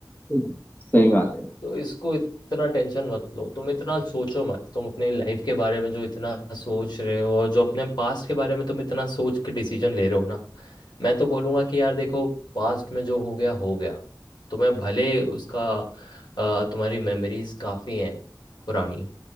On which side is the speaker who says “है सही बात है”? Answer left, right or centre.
Left